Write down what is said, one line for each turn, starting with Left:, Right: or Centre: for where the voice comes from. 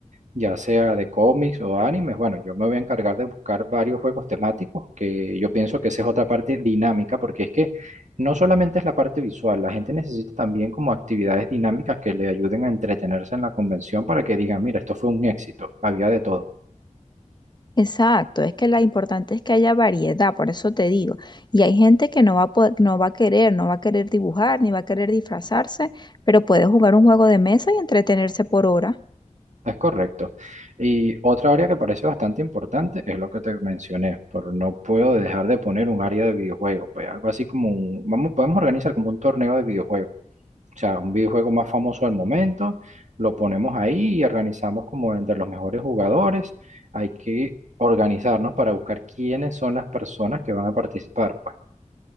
Right: ya sea de cómics o animes. Bueno, yo me voy a encargar de buscar varios juegos temáticos, que yo pienso que esa es otra parte dinámica, porque es que no solamente es la parte visual, la gente necesita también como actividades dinámicas que le ayuden a entretenerse en la convención para que digan, mira, esto fue un éxito, había de todo.
Left: Exacto, es que lo importante es que haya variedad, por eso te digo. Y hay gente que no va a poder- no va a querer, no va a querer dibujar, ni va a querer disfrazarse, pero puede jugar un juego de mesa y entretenerse por hora.
Right: Es correcto. Y otra área que parece bastante importante es lo que te mencioné, pero no puedo dejar de poner un área de videojuego, pues algo así como un, vamos, podemos organizar como un torneo de videojuegos, o sea, un videojuego más famoso al momento, lo ponemos ahí y organizamos como entre los mejores jugadores, hay que organizarnos para buscar quiénes son las personas que van a participar, pues.